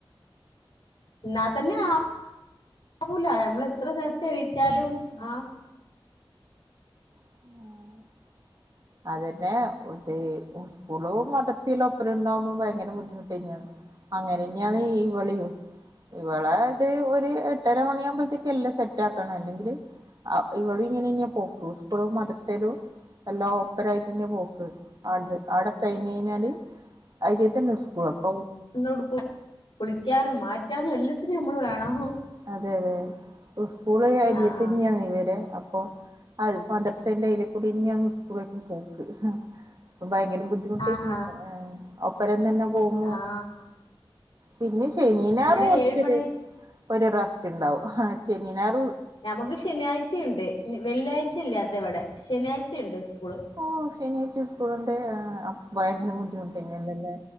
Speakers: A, on the left; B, on the right.
A: എന്നാ തന്നെ ആ ആവൂല ഞമ്മള് എത്ര നേരത്തെ എണീറ്റാലും
B: ആമ
A: ആഹ്
B: ആഹാ അതന്നെ ഇത് സ്കൂളും മദർസിലൊപ്പരന്നാവുമോ ഭയങ്കര ബുദ്ധിമുട്ടേനിയാന്ന് അങ്ങനെഞ്ഞാണ് ഇവളിയും ഇവളെ ഇത് ഒരു എട്ടര മണിയാകുമ്പോഴത്തേക്ക് എല്ലാം സെറ്റാ ക്കണം അല്ലെങ്കില് ആഹ് ഇവള് ഇങ്ങനന്നെയാ പോക്കു സ്കൂളും മദ്രസേലും എല്ലാം ഇപ്പറായിട്ട്ന്നെ പോക്ക് ആട്ത് ആടെ കഴിഞ്ഞഴിഞ്ഞാല് അയിലെ തന്നെ സ്കൂള് അപ്പോ
A: നിന്നൊടുക്കും കുളിക്കാനും, മാറ്റാനും എല്ലാത്തിനും നമ്മള് വേണം
B: അതെയതെ ഉസ്കൂള് അരിയത്തന്നെയാണ്
A: ആഹ്
B: ഇവര് അപ്പോ അൽ മദ്രസേന്റെ അയില്ക്കൂടിയന്നെയാണ് സ്കൂളേക്കും പോക്ക് പ്പ ഭയങ്കര ബുദ്ധിമുട്ടേനിയർഞ്ഞ്
A: ആഹ് ആഹ്
B: ആഹ് ഒപ്പരംതന്നെ പോവുമ്പോ
A: ആഹ്
B: പിന്നെ ശനീ ഞായറ്
A: ഇവിടെ
B: കൊച്ചൊരു
A: ഏഴ് മണി
B: ഒരു റസ്റ്റ് ഉണ്ടാവും ശനി ഞായറ്
A: ഞമുക്ക് ശനിയാഴ്ചയുണ്ട് വെള്ളിയഴ്ച ഇല്ലാത്ത ഇവടെ ശനിയാഴ്ചയുണ്ട് ഇസ്കൂള്
B: ഓഹ് ശനിയാഴ്ച സ്കൂള്ണ്ട് ആഹ് ഭയങ്കര ബുദ്ധിമുട്ട് ന്നല്ലല്ലേ